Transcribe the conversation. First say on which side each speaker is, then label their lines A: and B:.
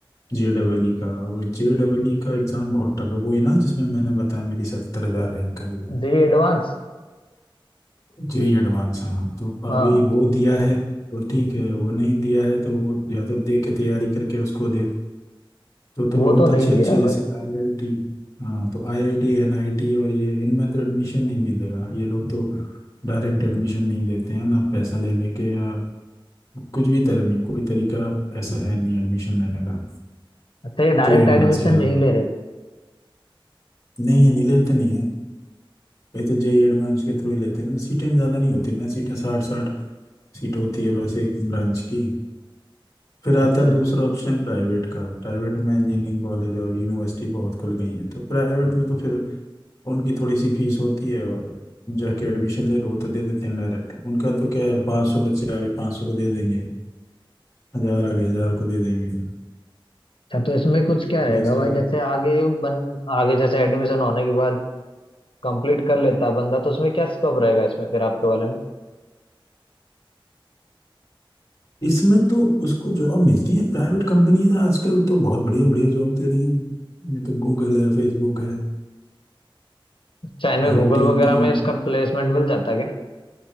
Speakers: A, on the left; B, on the left.
A: जे डबल ई का वो जे डबल ई का एग्ज़ाम बहुत टफ है वो ही ना जिसमें मैंने बताया मेरी सत्तर हज़ार रैंक आई है
B: जेई एडवांस
A: जे एडवांस हाँ तो अभी
B: हाँ
A: वो दिया है तो ठीक है वो नहीं दिया है तो वो या तो दे के तैयारी करके उसको दे तो तो
B: वो
A: बहुत
B: तो नहीं
A: अच्छे
B: दिया
A: अच्छे
B: है
A: जैसे
B: भाई
A: आईआईटी हाँ तो आईआईटी एनआईटी और ये इनमें तो एडमिशन नहीं मिलेगा ये लोग तो डायरेक्ट एडमिशन नहीं देते हैं ना पैसा ले लेके या कुछ भी तरह नहीं कोई तरीका ऐसा है नहीं एडमिशन लेने का
B: अच्छा ये डायरेक्ट
A: जेई एडवांस
B: एडमिशन
A: के अलावा
B: नहीं ले रहे
A: नहीं ये नहीं लेते नहीं है ये तो जेई एडवांस के थ्रू ही लेते हैं सीटें ज़्यादा नहीं होती ना सीटें साठ साठ सीट होती है बस एक ब्रांच की फिर आता
B: अच्छा
A: है दूसरा ऑप्शन प्राइवेट का प्राइवेट में इंजीनियरिंग कॉलेज और यूनिवर्सिटी बहुत खुल गई हैं तो प्राइवेट में तो फिर उनकी थोड़ी सी फीस होती है और जाके एडमिशन ले लो वो तो दे देते हैं डायरेक्ट उनका तो क्या है पाँच सौ बच्चे आ गए पाँच सौ को दे देंगे हजार आ गए हजार को दे देंगे
B: अच्छा तो इसमें कुछ क्या रहेगा
A: वैसा
B: भाई जैसे
A: रहे
B: आगे बन आगे जैसे एडमिशन होने के बाद कंप्लीट कर लेता बंदा तो उसमें क्या स्कोप रहेगा इसमें फिर आपके वाले में
A: इसमें तो उसको जॉब मिलती है प्राइवेट कंपनीज आजकल तो बहुत बढ़िया बढ़िया जॉब दे रही हैं ये तो गूगल है फेसबुक है
B: चाइना
A: आईटी
B: में गूगल वगैरह
A: की
B: में इसका प्लेसमेंट मिल जाता क्या